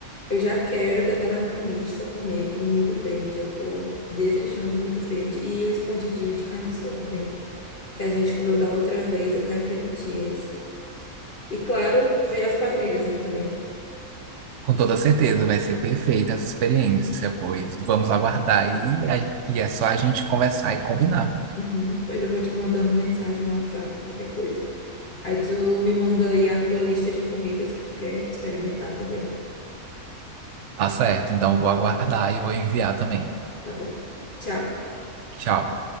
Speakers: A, on the left; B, on the right.
A: Eu já quero, já tá na minha lista comer um milho verde. Eu tô desejando um milho verde e o escondidinho de carne do sol também, que a gente comeu da outra vez. Eu quero repetir esse. E claro, ver as quadrilhas, né, também.
B: Com toda certeza vai ser perfeita essa experiência, pois vamos aguardar e, a- e é só a gente conversar e combinar.
A: Uhum. Pois eu vou te mandando mensagem no WhatsApp, qualquer coisa. Aí tu me manda aí a tua lista de comidas que tu quer experimentar também.
B: Tá certo, então vou aguardar e vou enviar também.
A: Tá bom. Tchau.
B: Tchau.